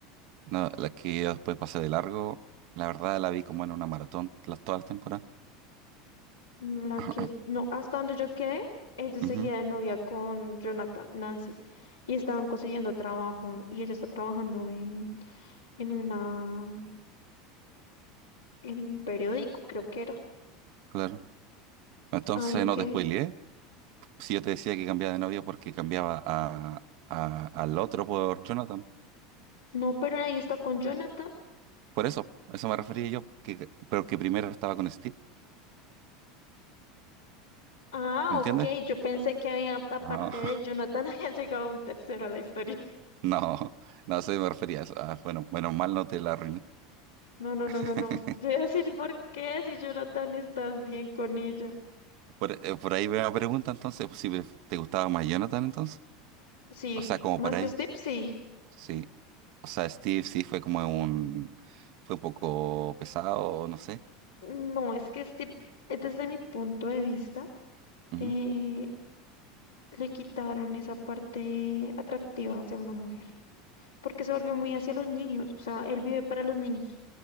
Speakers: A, on the right (about 60°); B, on the left (about 85°).
A: No, la que yo después pasé de largo. La verdad la vi como en una maratón las todas las temporadas.
B: La
A: <clears throat>
B: que,
A: <laughs>
B: no, hasta donde yo quedé, ella
A: Ujú,
B: seguía de novia con Jonathan, Nancy, y estaban consiguiendo trabajo, y ella está trabajando en, en una, en un periódico, creo que era.
A: claro. Entonces
B: Ay,
A: no
B: que,
A: te spoileé. Si yo te decía que cambiaba de novia porque cambiaba a, a- al otro por Jonathan.
B: no, pero ahí está con Jonathan.
A: Por eso, a eso me refería yo, que, pero que primero estaba con Steve,
B: Ah,
A: ¿me entiendes?
B: ok, yo pensé que había, aparte
A: No,
B: de
A: <laughs>
B: Jonathan, <laughs> había llegado un tercero a la historia.
A: no, no, a eso me refería a eso. Ah, bueno, menos mal no te la arruiné.
B: No, no,
A: <laughs>
B: no, no, no. Yo iba a decir, ¿por qué si Jonathan está bien con ella?
A: Por, eh, por ahí veo la pregunta entonces, pues, si pref- te gustaba más Jonathan entonces.
B: Sí,
A: O sea, como
B: más
A: para
B: que
A: ahí
B: Steve, sí.
A: Sí. O sea, Steve sí fue como un... Fue un poco pesado, no sé.
B: No, es que Steve, eh, desde mi punto de vista,
A: Ujú.
B: eh, le quitaron esa parte atractiva hacia una mujer, porque se volvió muy hacia los niños, o sea, él vive para los niños,